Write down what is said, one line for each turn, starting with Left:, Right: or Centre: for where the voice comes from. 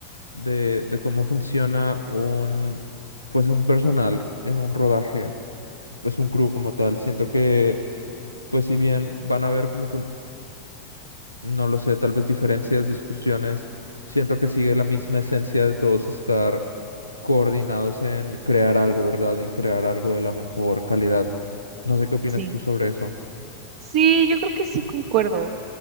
Left: de, de cómo funciona un, pues un personal en un rodaje, pues un crew como tal. Siento que, pues si bien van a haber como que, no lo sé, tal vez diferencias, discusiones, siento que sigue la misma esencia de todos estar coordinados en crear algo, ¿verdad? Y crear algo de la mejor calidad. No sé qué opinas
Right: Sí.
Left: tú sobre eso.
Right: Sí, yo creo que sí concuerdo.